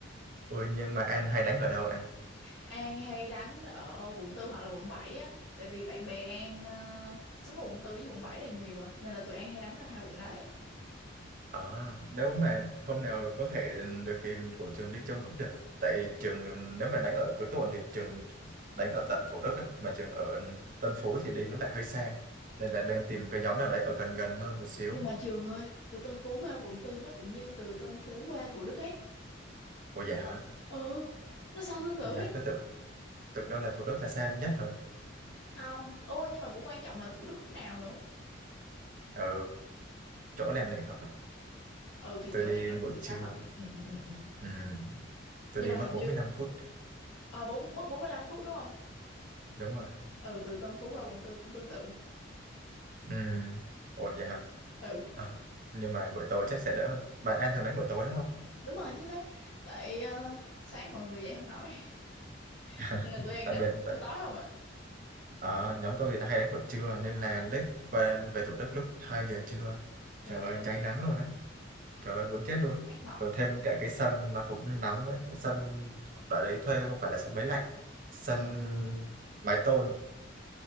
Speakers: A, on the right (about 45°); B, on the left (about 65°).
A: ôi nhưng mà An hay đánh ở đâu An
B: An hay đánh ở quận tư hoặc là quận 7 á tại vì bạn bè An ờ, sống ở quận tư với quận 7 là nhiều à nên là tụi An hay đánh ở hai quận đấy
A: ờ nếu mà hôm nào có thể được thì của trường đi chung cũng được tại trường nếu mà đánh ở cuối tuần thì trường đánh ở tận Thủ Đức ấy mà trường ở Tân Phú thì đi nó lại hơi xa nên là đang tìm cái nhóm nào đấy ở gần gần hơn một xíu
B: nhưng mà trường ơi từ Tân Phú qua quận tư nó cũng như từ Tân Phú qua Thủ Đức ấy
A: ủa vậy hả
B: ừ nó sao tương tự
A: nhá
B: ấy
A: tôi tưởng tưởng đâu là Thủ Đức là xa nhất rồi
B: không ô nhưng mà cũng quan trọng là Thủ Đức khúc nào nữa
A: ở chỗ làng đại học ấy.
B: ừ thì
A: tôi
B: chỗ
A: đi
B: này
A: buổi
B: thì xa
A: trưa
B: thật ừ, ừ, ừ. ừ.
A: ừ, tôi
B: nhưng
A: đi
B: mà
A: mất
B: hình
A: bốn
B: như
A: mươi lăm phút
B: ờ bốn mất 45 phút đúng không
A: đúng rồi
B: ừ từ Tân Phú qua quận tư cũng tương tự
A: ừ. ủa vậy hả
B: ừ
A: Ờ, nhưng mà buổi tối chắc sẽ đỡ hơn. mà An thường đánh buổi tối đúng không
B: đúng rồi chính xác tại ờ, sáng mọi người dậy không nổi <laughs>
A: <laughs>
B: nên là tụi An
A: tại
B: đánh
A: bên tại
B: buổi tối không ạ
A: ờ, nhóm tôi thì đã hay đánh buổi trưa nên là lết qua về Thủ Đức lúc hai giờ trưa
B: Trời
A: trời ơi
B: ơi,
A: cháy nắng luôn á trời ơi muốn chết luôn
B: ác mộng.
A: rồi thêm cả cái sân nó cũng nóng đấy Cái sân ở đấy thuê không phải là sân máy lạnh sân
B: Ừ.
A: mái tôn